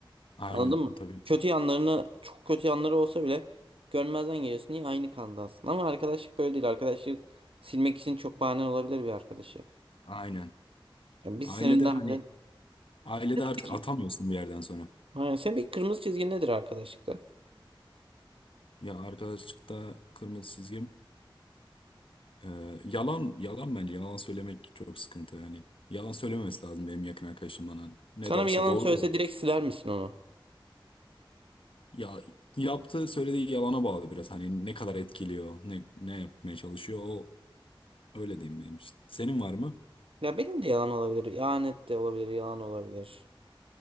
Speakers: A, on the left; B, on the right.
A: Aynen
B: Anladın mı?
A: tabii.
B: Kötü yanlarını çok kötü yanları olsa bile görmezden geliyorsun. Niye aynı kandansın? Ama arkadaşlık böyle değil. Arkadaşlık silmek için çok bahane olabilir bir arkadaşı.
A: Aynen.
B: Yani biz
A: Ailede
B: seninle
A: hani
B: bile.
A: ailede
B: Mesela
A: artık
B: peki.
A: atamıyorsun bir yerden sonra.
B: Aynen. Senin bir kırmızı çizgin nedir arkadaşlıkta?
A: Ya arkadaşlıkta kırmızı çizgim Ee, yalan yalan bence yalan söylemek çok sıkıntı yani. Yalan söylememesi lazım benim yakın arkadaşım bana. Ne
B: Sana
A: de olsa
B: bir yalan
A: doğru
B: söylese
A: da.
B: direkt siler misin onu?
A: Ya yaptığı söylediği yalana bağlı biraz hani ne kadar etkiliyor, ne ne yapmaya çalışıyor o öyle diyeyim benim için. Senin var mı?
B: Ya benim de yalan olabilir. ihanet de olabilir. Yalan olabilir.